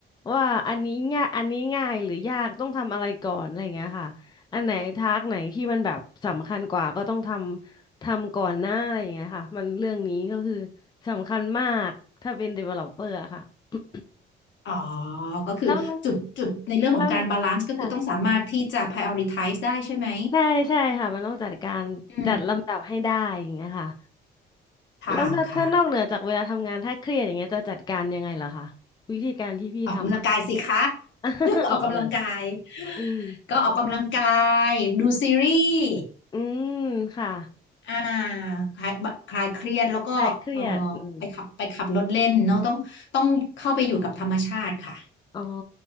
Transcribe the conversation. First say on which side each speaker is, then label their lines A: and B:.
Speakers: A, on the left; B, on the left.
A: ว่าอันนี้ง่ายอันนี้ง่ายหรือยากต้องทำอะไรก่อนอะไรอย่างเงี้ยค่ะอันไหนทากไหนที่มันแบบสำคัญกว่าก็ต้องทำทำก่อนหน้าอะไรอย่างเงี้ยค่ะมันเรื่องนี้ก็คือสำคัญมากถ้าเป็น developer อะค่ะ <coughs>
B: อ๋อก็คือจุดจุดในเรื่องของการบาลานซ์ก็คือต้องสามารถที่จะ
A: แล้วแล้วค่ะ
B: prioritize ได้ใช่ไหม
A: ใช่ใช่ค่ะมันต้องจัดการจัดลำดับให้ได้อย่างเงี้ยค่ะ
B: อืมค่ะค่ะ
A: แล้วนอกถ้านอกเหนือจากเวลาทำงานถ้าเครียดอย่างเงี้ยจะจัดการยังไงเหรอคะวิธีการที่พี่ทำอะ
B: ออกกำลังกายสิคะ
A: <laughs>
B: <laughs>
A: ออกกำลังกาย
B: ออกกำลังกาย
A: อืม
B: ก็ออกกำลังกายดูซีรีส์
A: อืมค่ะ
B: อ่าคลายคลายเครียดแล้วก็เออ
A: คลายเครียดอืม
B: ไปขับไปขับรถเล่นเนาะต้องต้องเข้าไปอยู่กับธรรมชาติค่ะ
A: อ๋อ